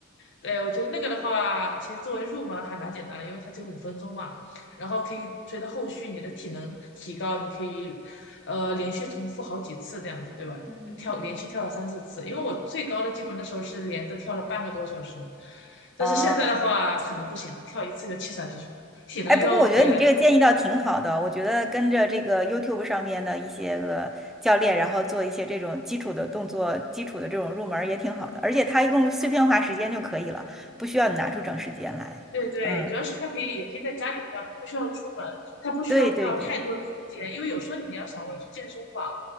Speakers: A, on the left (about 60°); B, in the centre.
A: 对，我觉得那个的话，其实作为入门还蛮简单的，因为它只有五分钟嘛，然后可以随着后续你的体能提高，你可以呃连续重复好几次这样子，对吧？
B: 嗯，
A: 跳连续跳了三四次，因为我最高的记录那时候是连着跳了半个多小时，但是现在的话可能不行了，
B: 哦。
A: 跳一次就气喘吁吁，体能又回来了。
B: 哎，不过我觉得你这个建议倒挺好的，我觉得跟着这个 YouTube 上面的一些个教练，然后做一些这种基础的动作、基础的这种入门儿也挺好的，而且它用碎片化时间就可以了，不需要你拿出整时间来。
A: 对对，
B: 嗯，
A: 主要是它可以，也可以在家里跳，你不需要出门，它不需要用到太多的空间，
B: 对对对，
A: 因为有时候你要想我去健身房，